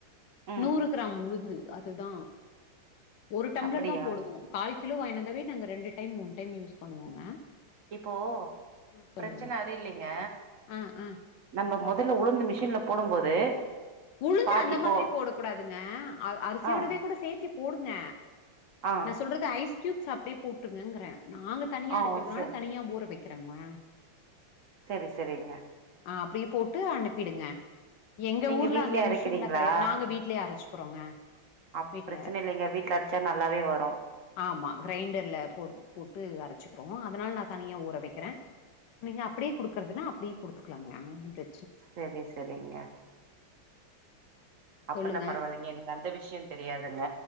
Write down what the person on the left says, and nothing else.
நூறு கிராம் உளுந்து அதுதா ஒரு டம்ளர்
தா போடுவோ கால் கிலோ வாங்கினு வந்தாவே நாங்க ரெண்டு டைம் மூணு டைம் யூஸ் பண்ணுவோங்க
ஆ சொல்லுங்க.
ஆ, ஆ.
உளுந்து
அந்த
மாதிரி போட கூடாதுங்க அ அரிசியோடவே
கூட சேத்தி போடுங்க
நா சொல்றது ஐஸ் கியூப்ஸ் அப்டியே போட்ருங்கங்றே நாங்க தனியா
அரைக்றதுனால
தனியா ஊற வைக் கறங்க
அ அப்டியே போட்டு அனுப்பிடுங்க எங்க
ஊர்ல
இங்க
மிஷின்லா கெடையா நாங்க வீட்லயே அரைச்சுக்றோங்க
வீட்ல
ஆமா கிரைண்டர்ல போ போட்டு அரைச்சுக்றோ அதனால நா தனியா ஊற வெக்கற நீங்க அப்டியே குடுக்கறதுனா அப்டியே குடுத்துக்கலாங்க ஒன்னு பிர
சொல்லுங்க.